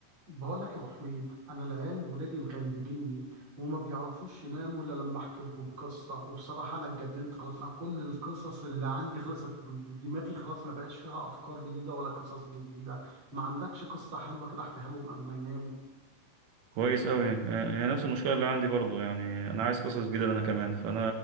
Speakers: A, on the right (about 40°); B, on the right (about 80°).
A: بقول لك يا ابو حميد انا العيال ولادي مغلبيني وما بيعرفوش يناموا الا لما احكي لهم قصه وبصراحه انا اتجننت خلاص انا كل القصص اللي عندي خلصت د- دماغي خلاص ما بقاش فيها افكار جديده ولا قصص جديده ما عندكش قصه حلوه كده احكيها لهم قبل ما يناموا
B: كويس أوي آه، هي نفس المشكلة اللي عندي برضو يعني أنا عايز قصص جديدة أنا كمان فأنا